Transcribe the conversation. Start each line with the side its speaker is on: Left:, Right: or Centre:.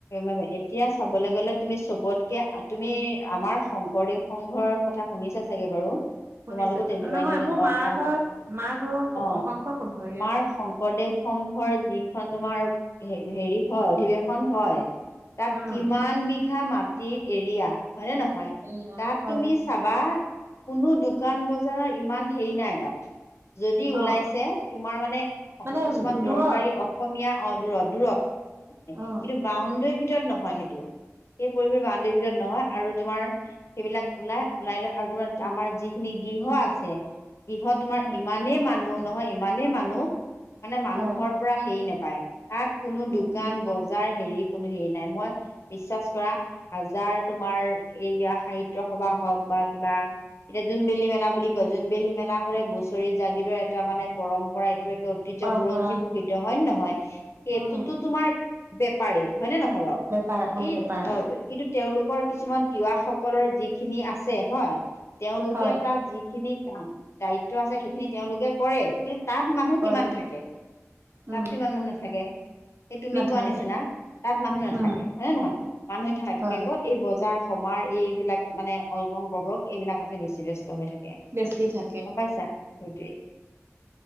Left: মে এতিয়া চাবলৈ গ'লে তুমি চবতকে তুমি আমাৰ শংকৰদেৱ সংঘৰ কথা শুনিছা চাগে বাৰু।
Right: শুনিছো
Left: তোমালোকো তেনেকুৱাই,
Right: নহয়
Left: এ ন জানো
Right: মোৰ
Left: অ'।
Right: মা
Left: শংকৰ
Right: ঘৰ মা ঘৰ
Left: অ',
Right: শংকৰ সংঘৰীয়া
Left: তোমাৰ শংকৰদেৱ সংঘৰ যিখন তোমাৰ হেৰি হয় অধিৱেশন হয়। তাত
Right: উম
Left: কিমান বিঘা মাটিৰ এৰিয়া হয়নে নহয়।
Right: এয়া
Left: তাত
Right: হয়
Left: তুমি চাবা কোনো দোকান বজাৰৰ ইমান হেৰি নাই তাত। যদি ওলাইছে
Right: অ
Left: তোমাৰ মানে
Right: মানে
Left: কিছুমান দৰকাৰী
Right: দূৰত
Left: অসমীয়া অ', দূৰত দূৰত।
Right: অ
Left: কিন্তু বাউণ্ডৰীৰ ভিতৰত নহয় সেইটো। সেই পৰি বাউন্দৰি ভিতৰত নহয় আৰু তোমাৰ সেইবিলাক ওলাই ওলাই লৈ আৰু তোমাৰ আমাৰ যিখিনি গৃহ আছে গৃহত তোমাৰ
Right: উম
Left: ইমানেই মানুহ নহয়, ইমানেই মানুহ মানে মানুহৰ
Right: হয়
Left: পৰা হেৰি নোপায়। তাত কোনো
Right: উম
Left: দোকান
Right: উম
Left: বজাৰ হেৰি কোনো হেৰি নাই, মই বিশ্বাস কৰা হাজাৰ তোমাৰ এইয়া সাহিত্য সভা হওঁক বা কিবা এতিয়া জোনবিল মেলা বুলি কয়, জোনবিল মেলা লে বছৰি জাগৃত এটা মানে পৰম্পৰা এইটো ঐতিহ্য
Right: পৰম্পৰা
Left: বুৰঞ্জী প্ৰসিদ্ধ হয় নে নহয়? সেইটোতো
Right: উম
Left: তোমাৰ বেপাৰেই হয়নে নহয় বাৰু?
Right: বেপাৰ অ
Left: এই
Right: বেপাৰ
Left: কিন্তু তেওঁলোক কিছুমান তিৱা সকলৰ যিখিনি আছে হয়, তেওঁলোকে
Right: হয়
Left: তাত যিখিনি দায়িত্ব আছে সেইখিনি তেওঁলোকে কৰে কিন্তু তাত মানুহ
Right: কৰে
Left: কিমান থাকে? তাততো
Right: উম
Left: ইমান মানুহ নাথাকে। সেই তুমি
Right: নাথাকে
Left: কোৱা নিচিনা তাত মানুহ নাথাকে
Right: উম
Left: হয় নে নহয়? মানুহে থাকে
Right: হয়
Left: ক'ত এই বজাৰ সমাৰ এইবিলাক মানে অলৰং ববৰং এইবিলাকতহে বেছি ব্যস্ত হৈ থাকে।
Right: বেছি থা
Left: গম পাইছা সেইটোৱে।